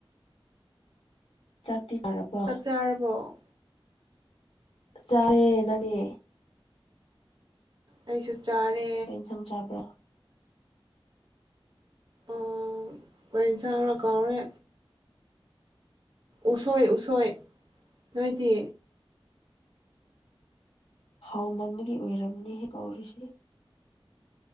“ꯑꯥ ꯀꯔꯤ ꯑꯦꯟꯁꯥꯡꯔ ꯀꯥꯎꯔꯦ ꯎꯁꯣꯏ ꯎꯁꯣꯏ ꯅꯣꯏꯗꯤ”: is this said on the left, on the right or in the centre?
Right